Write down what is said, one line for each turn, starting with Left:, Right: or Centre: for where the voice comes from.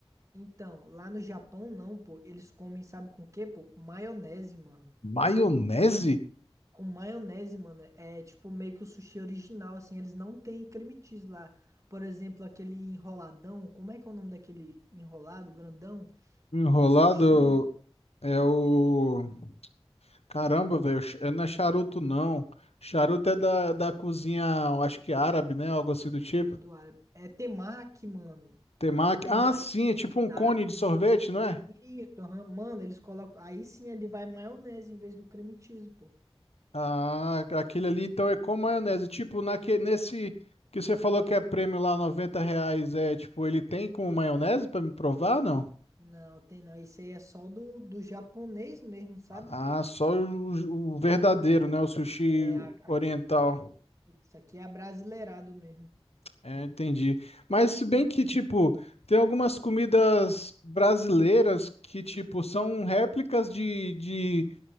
Right: então, lá no Japão não, pô. Eles comem, sabe com o quê, pô? Maionese, mano.
Left: Maionese?
Right: Com maionese, mano. É é, tipo meio que o sushi original, assim, eles não têm creme cheese lá. Por exemplo, aquele enroladão, como é que é o nome daquele enrolado grandão
Left: Enrolado
Right: de sushi?
Left: é o. Caramba, velho, é- não é charuto não. Charuto é da, da cozinha, acho que árabe, né? Algo assim
Right: É,
Left: do tipo.
Right: do árabe. É temaki, mano.
Left: Temaki.
Right: Temaki.
Left: Ah, sim, é tipo um
Right: Tá.
Left: cone de sorvete, não é?
Right: Isso, aham. Mano, eles colocam. Aí sim ele vai maionese em vez do creme cheese, pô.
Left: Ah, aquele ali então é com maionese. Tipo, naque, nesse que você falou que é prêmio lá, 90 reais, é tipo, ele tem com maionese pra me provar, não?
Right: Não, tem não. Esse aí é só do, do japonês mesmo, sabe?
Left: Ah, só o, o verdadeiro, né? O sushi
Right: É a,
Left: oriental.
Right: a- a- Isso aqui é brasileirado mesmo.
Left: É, entendi. Mas se bem que, tipo, tem algumas comidas brasileiras que, tipo, são réplicas de, de